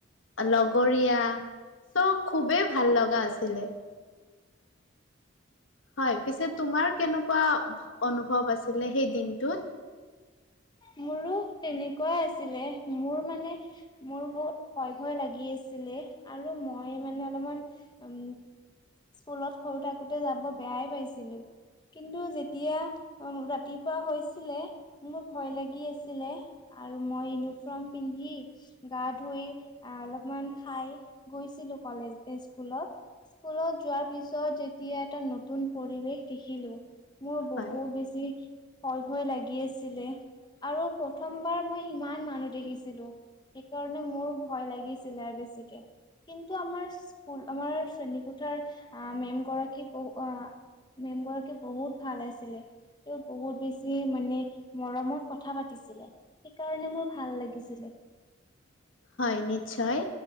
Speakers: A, on the left; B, on the left.
A: লগৰীয়া চব খুবেই ভাল লগা আছিলে। হয় পিছে তোমাৰ কেনেকুৱা অনুভৱ আছিলে সেই দিনটোত?
B: মোৰো তেনেকুৱা আছিলে মোৰ মানে, মোৰ বহুত ভয় ভয় লাগি আ <unintelligible> আৰু মই মানে অলপমান উম স্কুলত সৰু থাকোতে যাব বেয়াই পাইছিলো। কিন্তু যেতিয়া ৰাতিপুৱা হৈছিলে মোক ভয় লাগি আছিলে আৰু মই ইউনিফৰ্ম পিন্ধি গা ধুই আ, অলপ <unintelligible> খাই গৈছিলো কলেজ <unintelligible> স্কুলত। স্কুলত যোৱাৰ পিছত যেতিয়া এটা নতুন পৰিৱেশ দেখিলো। মোৰ বহুত
A: হয়
B: বেছি ভয় ভয় লাগি আছিলে। আৰু প্ৰথমবাৰ মই ইমান মানুহ দেখিছিলো। সেইকাৰণে মোৰ ভয় লাগিছিলে আৰু বেছিকে। কিন্তু আমাৰ স্কুল, আমাৰ শ্ৰেণীকোঠাৰ আ, মেম গৰাকী বু আ মেম গৰাকী বহুত ভাল আছিলে, তেওঁ বহুত বেছি মানে মৰমত কথা পাতিছিলে, সিকাৰণে মোৰ ভাল লাগিছিলে।
A: হয় নিশ্চয়।